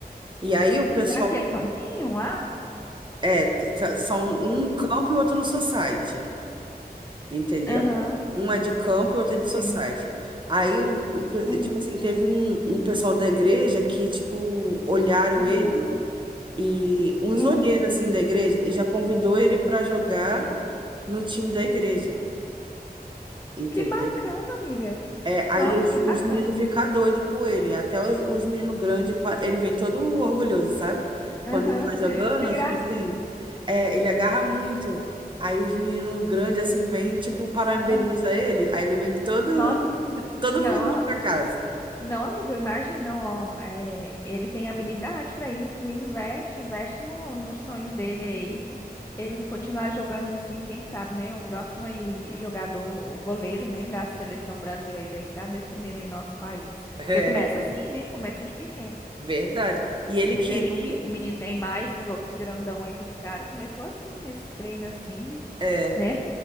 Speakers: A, on the right; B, on the left.
A: E aí o pessoal
B: Naquele campinho lá?
A: é t- t- são um campo e outro no society, entendeu?
B: Aham.
A: Um é de campo e outro é de society.
B: Entendi.
A: Aí o, o pe-
B: Uhum,
A: tipo assim, teve um, um pessoal da igreja que tipo olharam
B: aham,
A: ele e um
B: uhum,
A: olheiros assim da igreja e já convidou ele para jogar
B: sei.
A: no time da igreja, entendeu?
B: Que bacana, amiga.
A: É, aí
B: Nossa,
A: os,
B: que bacana.
A: os meninos ficam doidos com ele, até os, os meninos grandes, pa- ele vem todo orgulhoso, sabe?
B: Aham,
A: Quando ele tá jogando,
B: <laughs> que gracinha.
A: é tipo assim, é, ele agarra muito. Aí os meninos grandes assim vêm, tipo, parabeniza
B: Aham.
A: ele, aí ele vem todo,
B: Nossa,
A: <laughs> todo
B: não,
A: feliz
B: ah,
A: pra casa.
B: não, amiga, eu imagino, não, ó, é, ele tem habilidade para isso, viu? Investe, investe no, no sonho dele aí. Ele continuar jogando assim, quem sabe, né? O próximo aí jogador, o goleiro, né, da seleção brasileira aí, tá defendendo aí nosso país.
A: É,
B: Porque começa assim, né? Começa de pequeno.
A: verdade. E ele
B: Teve
A: queria,
B: aí o, me- o menino Neymar, esses outros grandão aí que ficaram, começou assim, nesse treino assim,
A: é,
B: né?